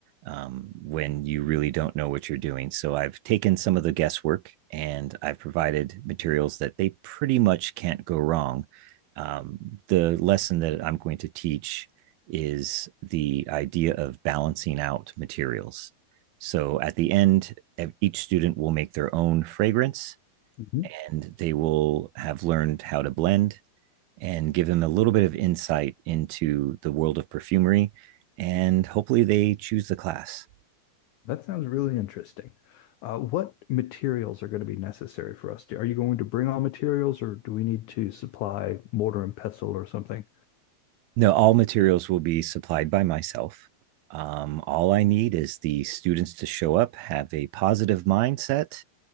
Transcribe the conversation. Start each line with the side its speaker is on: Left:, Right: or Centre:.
Right: um, when you really don't know what you're doing. So I've taken some of the guesswork and I've provided materials that they pretty much can't go wrong. Um, the lesson that I'm going to teach is the idea of balancing out materials. So at the end, each student will make their own fragrance
Left: Mhm.
Right: and they will have learned how to blend and give them a little bit of insight into the world of perfumery. And hopefully they choose the class.
Left: That sounds really interesting. Uh, what materials are going to be necessary for us? Are you going to bring all materials or do we need to supply mortar and pestle or something?
Right: No, all materials will be supplied by myself. Um, all I need is the students to show up, have a positive mindset,